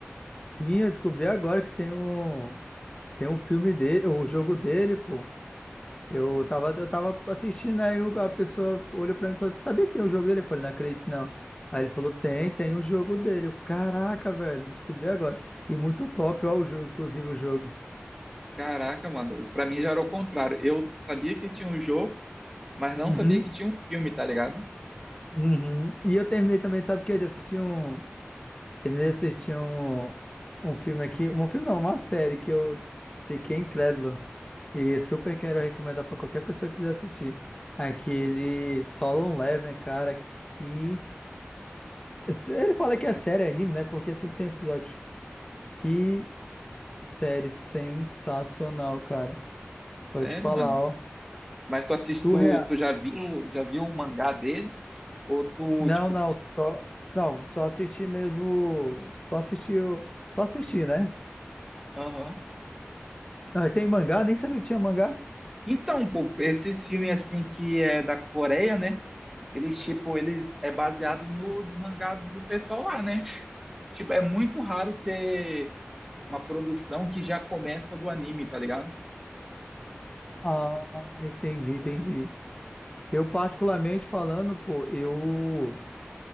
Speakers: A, on the left; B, in the centre.
A: Sim, eu descobri agora que tem um. Tem um filme dele, o jogo dele, pô. Eu tava, eu tava assistindo, aí o- a pessoa olhou pra mim e falou, "Tu sabia que tem o jogo dele? Eu falei, não acredito, não. Aí ele falou, tem, tem o jogo dele. Eu, Caraca, velho, descobri agora. E muito top, ó, o jogo, inclusive o jogo.
B: Caraca, mano. Pra mim já era o contrário. Eu sabia que tinha um jogo, mas não
A: Uhum,
B: sabia que tinha um filme, tá ligado?
A: uhum. E eu terminei também, sabe o quê? De assistir um. Terminei de assistir um, um filme aqui, um filme não, uma série que eu fiquei incrédulo e super quero recomendar pra qualquer pessoa que quiser assistir. Aquele Solo Leveling, cara, que ele fala que é série, é anime, né? Porque tudo tem episódio. Que série sensacional, cara. Vou
B: Sério,
A: te falar,
B: mano.
A: ó,
B: Mas tu assiste,
A: surreal.
B: tu, tu já viu, já viu o mangá dele? Ou tu,
A: Não,
B: tipo,
A: não, só não, só assisti mesmo, só assisti, o- só assisti, né?
B: aham.
A: Mas tem mangá, nem sabia que tinha mangá.
B: Então, pô, esses filmes assim que é da Coreia, né? Eles, tipo, eles é baseado nos mangás do pessoal lá, né? Tipo, é muito raro ter uma produção que já começa do anime, tá ligado?
A: Ah, entendi, entendi. Eu, particularmente falando, pô, eu,